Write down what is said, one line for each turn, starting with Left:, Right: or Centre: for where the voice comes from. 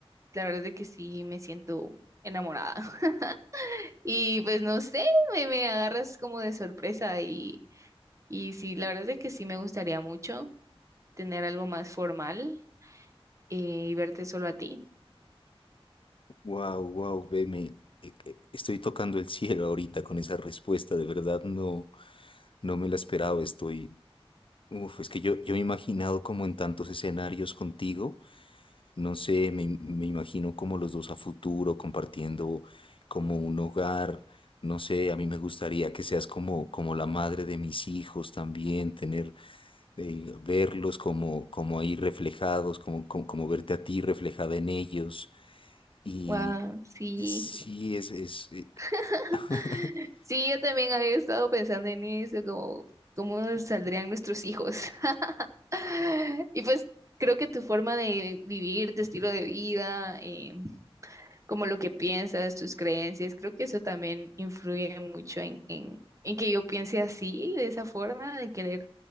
Right: la verdad es que sí me siento enamorada. <laughs> Y pues no sé, me, me agarras como de sorpresa y, y sí, la verdad es que sí me gustaría mucho tener algo más formal eh, y verte solo a ti.
Left: Wow, wow, ve, me- eh, eh, estoy tocando el cielo ahorita con esa respuesta, de verdad no, no me la esperaba, estoy, uf, es que yo, yo me he imaginado como en tantos escenarios contigo No sé, me, me imagino como los dos a futuro compartiendo como un hogar. No sé, a mí me gustaría que seas como, como la madre de mis hijos también, tener, eh, verlos como, como ahí reflejados, como, como, como verte a ti reflejada en ellos. Y
Right: Wow, sí.
Left: sí, es, es, eh,
Right: <laughs>
Left: <laughs>
Right: Sí, yo también había estado pensando en eso, como cómo saldrían nuestros hijos. <laughs> Y pues creo que tu forma de vivir, tu estilo de vida, eh, como lo que piensas, tus creencias, creo que eso también influye mucho en, en, en que yo piense así, de esa forma, de querer